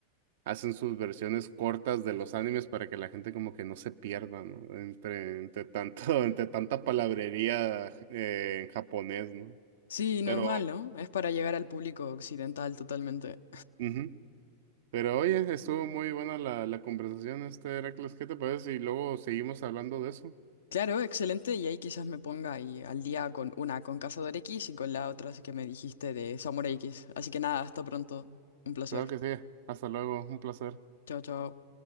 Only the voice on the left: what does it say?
Sí, normal,
¿no? Es para llegar al público occidental totalmente.
Claro, excelente. Y ahí quizás me ponga ahí al día con una con Cazador X y con la otra que me dijiste de Samurai X. Así que nada, hasta pronto. Un placer.
Chao, chao.